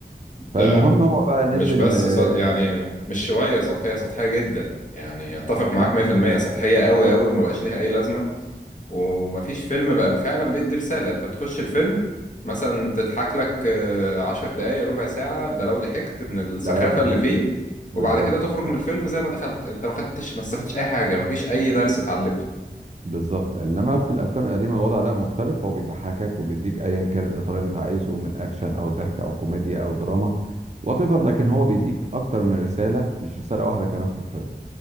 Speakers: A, on the left; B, on the right.
A: ده
B: فالمهم هو بقى نزل
A: مش بس
B: آه،
A: سط... يعني م- مش شوية سطحية سطحية جدا يعني اتفق معاك
B: <laughs>
A: 100% سطحية قوي قوي وما بقاش ليها اي لازمة ومفيش فيلم بقى فعلا بيدي رسالة انت بتخش الفيلم مثلا تضحك لك آه، عشر دقايق ربع ساعة ده لو ضحكت من السخافة
B: ده لو ضحك
A: اللي فيه
B: بالظبط
A: وبعد كده تخرج
B: بالظبط
A: من الفيلم زي ما دخلت انت ما خدتش ما استفدتش اي حاجة مفيش اي درس اتعلمته
B: بالظبط انما في الافلام القديمه الوضع لا مختلف هو بيضحكك وبيديك ايا كان الاطار اللي انت عايزه من اكشن او ضحك او كوميديا او دراما وات ايفر، لكن هو بيديك اكتر من رساله مش رساله واحده كمان في الفيلم